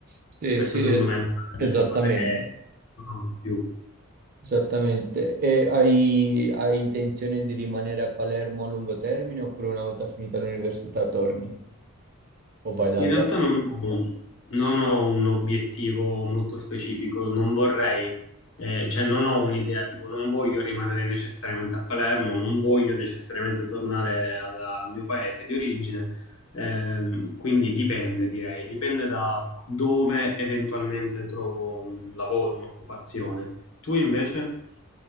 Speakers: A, on the right (about 45°); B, on the left (about 70°).
A: sì,
B: Questa
A: sì,
B: secondo
A: eh,
B: me è una
A: esattamente,
B: delle cose che sono di più.
A: esattamente. E hai, hai intenzione di rimanere a Palermo a lungo termine oppure una volta finita l'università torni o vai da
B: In
A: altra
B: realtà
A: parte?
B: non ho, un non ho un obiettivo molto specifico, non vorrei, eh, cioè non ho un'idea, tipo non voglio rimanere necessariamente a Palermo, non voglio necessariamente tornare alla- al mio paese di origine, ehm, quindi dipende, direi, dipende da dove eventualmente trovo un lavoro, un'occupazione. Tu invece?